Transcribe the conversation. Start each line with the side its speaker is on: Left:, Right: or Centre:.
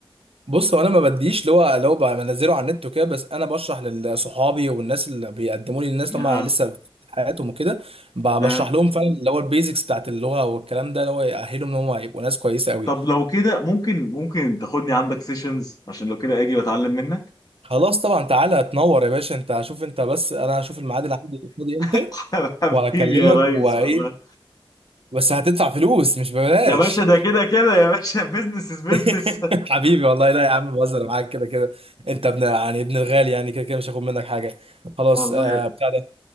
Right: بص هو انا ما بديش اللي هو اللي هو بقى بنزله على النت وكده بس انا بشرح لصحابي والناس اللي بيقدموا لي الناس
Left: اها
Right: اللي هم لسه في حياتهم وكده ب-
Left: اها
Right: بشرح لهم فعلا اللي هو البيزكس بتاعت اللغه والكلام ده اللي هو يأهلهم ان هم يبقوا ناس كويسه قوي
Left: طب لو كده ممكن ممكن تاخدني عندك سيشنز عشان لو كده اجي واتعلم منك
Right: خلاص طبعا تعالى تنور يا باشا انت شوف انت بس انا هشوف الميعاد اللي عندي فاضي امتى
Left: <laughs>
Right: وهكلمك
Left: حبيبي يا ريس
Right: وايه
Left: والله
Right: بس هتدفع فلوس مش ببلاش
Left: يا باشا ده كده كده يا باشا بزنس از بزنس
Right: <laughs> حبيبي والله لا يا عم بهزر معاك كده كده انت ابن يعني ابن الغالي يعني كده كده مش هاخد منك حاجه
Left: <laughs>
Right: خلاص
Left: والله
Right: آه بتاع ده